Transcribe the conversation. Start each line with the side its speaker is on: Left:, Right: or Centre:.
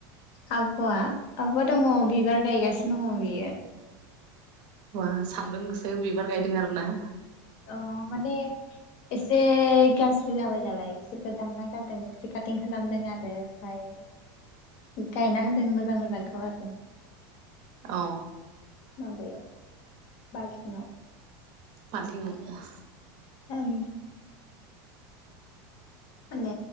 Left: आब'आ आब'आ दङ बिबार गायगासिनो दङ बियो।
Right: बा सान्दुं गोसायाव बिबार गायदों आरो ना?
Left: अ माने एसे गाज्रि जाबाय नालाय बिसोरखौ दानना गारदों। एसे काटिं खालामदों आरो ओमफाय गायना होदों मोजां मोजांखौ आरो।
Right: अ।
Left: माबायाव बालथिंयाव।
Right: बालथिङाव?
Left: ओं। माने